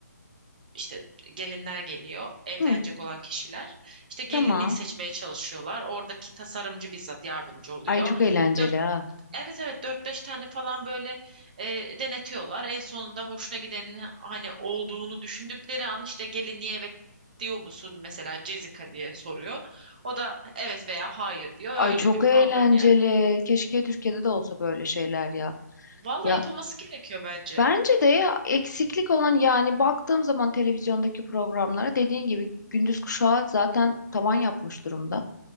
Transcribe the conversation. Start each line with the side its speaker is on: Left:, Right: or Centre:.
Right: işte gelinler geliyor, evlenecek
Left: Hı,
Right: olan kişiler. İşte gelinlik
Left: tamam.
Right: seçmeye çalışıyorlar. Oradaki tasarımcı bizzat yardımcı oluyor.
Left: Ay çok eğlenceli
Right: Dört,
Left: ha.
Right: evet evet dört beş tane falan böyle e, denetiyorlar. En sonunda hoşuna gidenin hani olduğunu düşündükleri an işte gelinliğe eve diyor musun mesela Jessica diye soruyor. O da evet veya hayır diyor.
Left: Ay
Right: Öyle
Left: çok
Right: bir program
Left: eğlenceli.
Right: yani.
Left: Keşke Türkiye'de de olsa böyle şeyler ya.
Right: Valla
Left: Ya
Right: yapılması gerekiyor bence.
Left: bence de ya, eksiklik olan yani baktığım zaman televizyondaki programlara dediğin gibi gündüz kuşağı zaten tavan yapmış durumda.